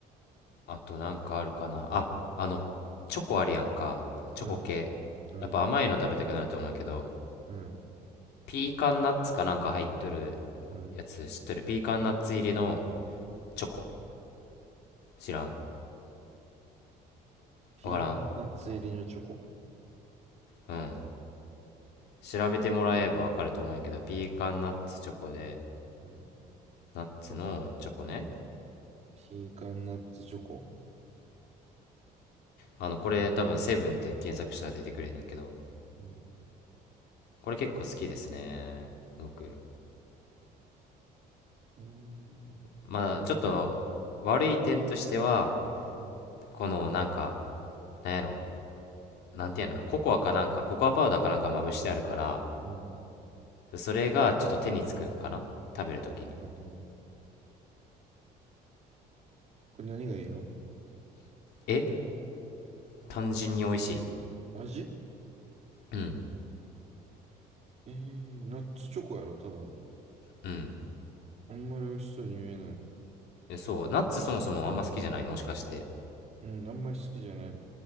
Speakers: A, on the left; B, on the right.
A: あとなんかあるかな。あ、あの、チョコあるやんか。チョコ系。
B: うん、うん、
A: やっぱ甘いの食べたくなると思うけど、
B: うん、
A: ピーカンナッツかなんか入っとる
B: うん。
A: やつ知っとるピーカンナッツ入りのチョコ知らん
B: ピーカンナッツ入りのチョコ。
A: わからんうん調べてもらえばわかると思うんやけどピーカンナッツチョコで
B: うん。
A: ナッツのチョコね
B: ピーカンナッツチョコ。
A: あのこれ多分セブンって検索したら出てくれんねんけど
B: うん、
A: これ結構好きですね僕
B: うん、
A: まあちょっと悪い点としては
B: うん、
A: このなんかなんやろなんていうのココアかなんかココアパウダーかなんかまぶしてあるから
B: うん、
A: それがちょっと手につくかな食べるときに
B: うん。これ何がいいの
A: え単純に美味しい。
B: 味
A: うん、
B: えー、ナッツチョコやろ、ただの。
A: うん。
B: あんまり美味しそうに見えない。
A: そう、ナッツそもそもあんま好きじゃない、もしかして。
B: うん、あんまり好きじゃない。